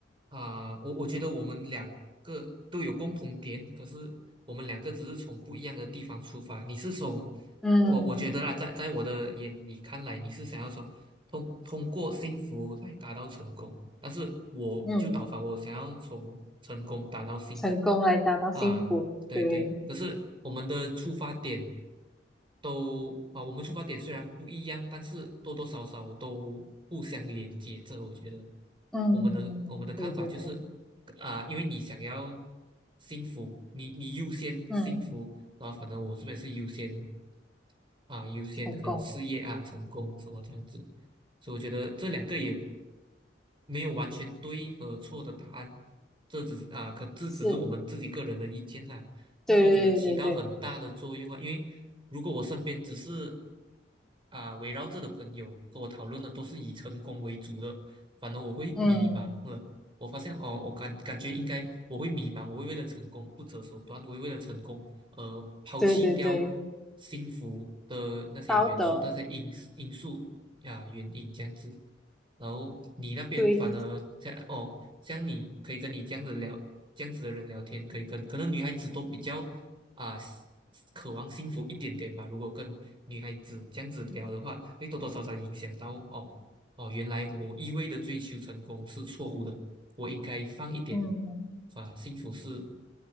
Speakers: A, on the right (about 30°); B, in the centre.
A: 啊、我我觉得我们两个都有共同点，可是我们两个只是从不一样的地方出发。你是从我我觉得啦，
B: 嗯
A: 在在我的眼里看来，你是想要说通通过幸福来达到成功，但是我就倒反，
B: 嗯，
A: 我想要从成功达到幸福
B: 成功来达到幸福，
A: 啊，对对。
B: 对，
A: 可是我们的出发点。都啊，我们出发点虽然不一样，但是多多少少都互相连接着。我觉得
B: 嗯，
A: 我们的我们的看法就是，
B: 对对对，
A: 啊、因为你想要幸福，你你优先幸福，
B: 嗯，
A: 然后反正我这边是优先啊，优先可能事业啊、
B: 成功
A: 成功什么这样子，所以我觉得这两个也没有完全对和错的答案，这只是啊，可这只是我们自己个人的意见啦。
B: 是，
A: 但是我觉得起到很大的作用啊，
B: 对对对对，
A: 因为如果我身边只是啊、围绕着的朋友跟我讨论的都是以成功为主的，反而我会迷茫了。
B: 嗯，
A: 我发现哦，我感感觉应该我会迷茫，我会为了成功不择手段，我会为了成功呃抛弃掉
B: 对对对，
A: 幸福的那些元素、
B: 道德，
A: 那些因因素呀、原因这样子。然后你那边反而像哦，
B: 对，
A: 像你可以跟你这样子聊，这样子的人聊天，可以跟可能女孩子都比较啊、渴望幸福一点点吧。如果跟女孩子这样子聊的话，会多多少少影响到哦哦，原来我一味的追求成功是错误的，我应该放一点
B: 嗯，
A: 啊，幸福是